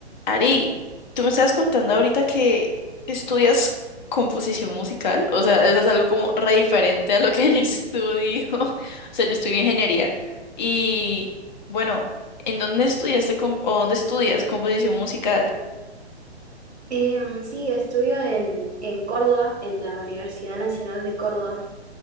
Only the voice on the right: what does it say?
Em, sí, estudio en, en Córdoba, en la Universidad Nacional de Córdoba.